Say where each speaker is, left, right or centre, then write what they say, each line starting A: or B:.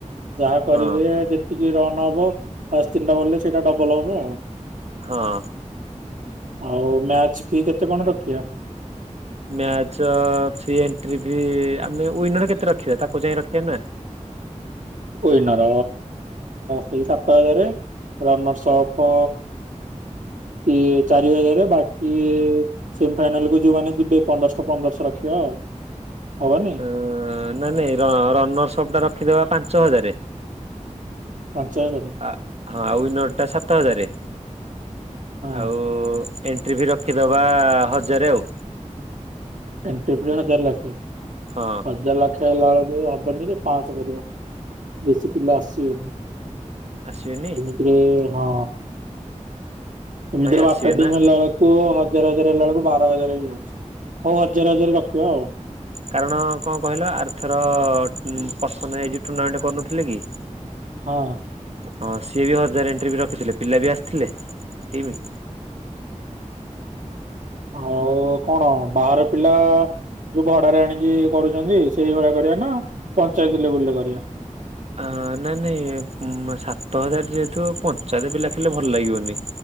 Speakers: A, on the right; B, on the right.
A: ଯାହା କରିବେ
B: ହଁ
A: ଯେ ସେତିକି ରନ ହବ ଫାଷ୍ଟ୍ ତିନିଟା ବଲରେ ସେଇଟା ଡବଲ ହବ ଆଉ।
B: ହଁ।
A: ଆଉ ମ୍ୟାଚ କି କେତେ କଣ ରଖିବା।
B: ମ୍ୟାଚ ଅଛି ଏଣ୍ଟ୍ରି ବି ଆମେ ୱିନର କେତେ ରଖିବା? ତାକୁ ଯାଇ ରଖିବା ନା।
A: ୱିନରର ସେଇ ସାତ ହଜାରେ। ରନର୍ଷ ଅପ୍ କିଏ ଚାରି ହଜାରେ। ବାକି ସେମି ଫାଇନାଲ କୁ ଯୋଉମାନେ ଯିବେ ପନ୍ଦରଶହ ପନ୍ଦରଶହ ରଖିବା ଆଉ ହବନି।
B: ଅ ନା ନାଇଁ ର ରନର୍ଷ ଅପ୍ ଟା ରଖିଦବା ପାଞ୍ଚ ହଜାରେ।
A: ପାଞ୍ଚହଜାରେ।
B: ହଁ ଆ ଆଉ ୱିନର୍ ଟା ସାତ ହଜାର।
A: ହଁ
B: ଆଉ ଏ ଣ୍ଟ୍ରି ଫି ରଖିଦେବା ହଜାରେ ଆଉ।
A: ଏଣ୍ଟ୍ରି ଫି ହଜାରେ ଲାଖେ।
B: ହଁ
A: ହଜାର ଲାଖେ ଫେ ହେଲାବେଳକୁ ହବନିରେ ପାଞ୍ଚଶହ କରିବ। ବେଶୀ ପିଲା ଆସିିବେନି।
B: ଆସିବେନି?
A: ଏମିତିରେ ହଁ ଏମିତିରେ
B: ନାଇଁ
A: ବାରଟା
B: ଆସିବେ
A: ଟିମ୍
B: ନା
A: ହେଲାବେଳକୁ କୁଅ ହଜାର ହଜାର ହେଲା ବେଳକୁ ବାର ହଜାର ହେଇଯାଉଛି ହଉ ହଜାର ହଜାର ରଖିବା ଆଉ।
B: କାରଣ କଣ କହିଲ ଆର୍ଥର ଉଁ ପ୍ରସନ୍ନ ଭାଇ ଯୋଉ ଟୁର୍ଣ୍ଣାମେଣ୍ଟ କରୁନଥିଲେ କି
A: ହଁ।
B: ହଁ ସିଏ ବି ହଜାର ଏଣ୍ଟ୍ରି ଫି ରଖିଥିଲେ ପିଲା ବି ଆସିଥିଲେ ଟିମ୍।
A: ଆଉ କଣ ବାହାର ପିଲା ଯୋଉ ଭଡାରେ ଆଣିକି କରୁଚନ୍ତି ସେଇଭଳିଆ କରିବା ନା ପଞ୍ଚାୟତ ଲେବୁଲ ରେ କରିବା।
B: ଅ ନାଇଁ ନାଇଁ ମ ସାତ ହଜାର ଯେହେତୁ ପଞ୍ଚାୟତ ପିଲା ଖେଳିଲେ ଭଲ ଲାଗିବନି।